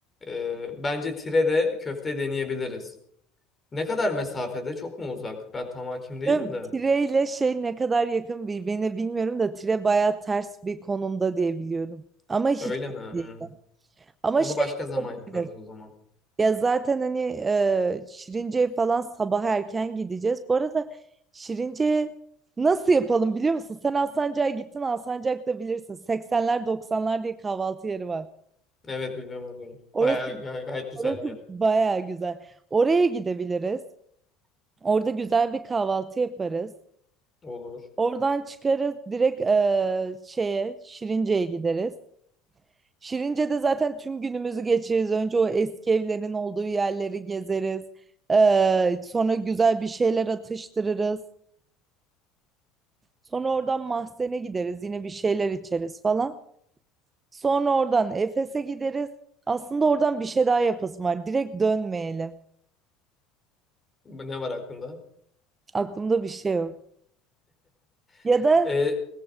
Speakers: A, on the left (about 20°); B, on the right (about 25°).
A: e, bence tire de köfte deneyebiliriz. Ne kadar mesafede? Çok mu uzak? Ben tam hakim değilim
B: Değil mi?
A: de.
B: Tire ile şey ne kadar yakın birbirine bilmiyorum da tire baya ters bir konumda diye biliyorum. Ama hiç
A: Öyle mi?
B: değil.
A: Hmm.
B: Ama
A: Onu
B: şey
A: başka
B: yapabiliriz.
A: zaman yaparız o zaman.
B: Ya zaten hani e, Şirince'ye falan sabah erken gideceğiz. Bu arada Şirince'ye nasıl yapalım biliyor musun? Sen Alsancak'a gittin Alsancak'ta bilirsin. 80'ler 90'lar diye kahvaltı yeri var.
A: Evet biliyorum orayı.
B: Orası,
A: Bayağı gay- gayet güzel
B: orası
A: bir yer.
B: baya güzel. Oraya gidebiliriz. Orada güzel bir kahvaltı yaparız.
A: Olur.
B: Oradan çıkarız direkt eee, şeye Şirince'ye gideriz. Şirince'de zaten tüm günümüzü geçiririz. Önce o eski evlerin olduğu yerleri gezeriz. Eee, sonra güzel bir şeyler atıştırırız. Sonra oradan Mahzen'e gideriz. Yine bir şeyler içeriz falan. Sonra oradan Efes'e gideriz. Aslında oradan bir şey daha yapasım var. Direkt dönmeyelim.
A: Bu Ne var aklında?
B: Aklımda bir şey yok. Ya
A: <laughs>
B: da
A: E,